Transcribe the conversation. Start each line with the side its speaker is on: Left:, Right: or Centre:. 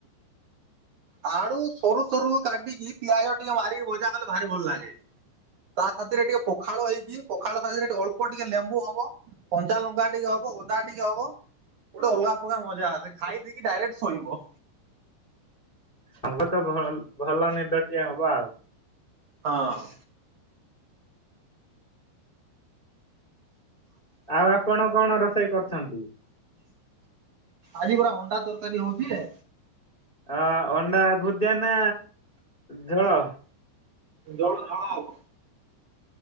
Right: ଆଳୁ ସରୁ ସରୁ କାଟିକି ପିଆଜ ଟିକେ ମାରିକି ଭଜା କଲେ ଭାରି ଭଲ ଲାଗେ ତା ସାଥିରେ ଟିକେ ପଖାଳ ହେଇଛି ପଖାଳ ସାଥିରେ ଟିକେ ଅଳ୍ପ ଟିକେ ଲେମ୍ବୁ ହବ କଞ୍ଚା ଲଙ୍କା ଟିକେ ହବ ଅଦା ଟିକେ ହବ ଗୋଟେ ଅଲଗା ପ୍ରଲଗା ମଜା, ଆ ଖାଇ ଦେଇକି ଡାଇରେକ୍ଟ ଶୋଇବ।
Left: ହବ ତ ଭ ଭଲ ନିଦଟିଏ ହବ ଆଉ।
Right: ହଁ।
Left: ଆଉ ଆପଣ କଣ ରୋଷେଇ କରୁଛନ୍ତି?
Right: ଆଜି ପା ଅଣ୍ଡା ତରକାରୀ ହଉଛି।
Left: ଅ ଅଣ୍ଡା ଭୁଜିଆ ନା ଝୋଳ?
Right: ଝୋଳ ଝୋଳ ଆଉ।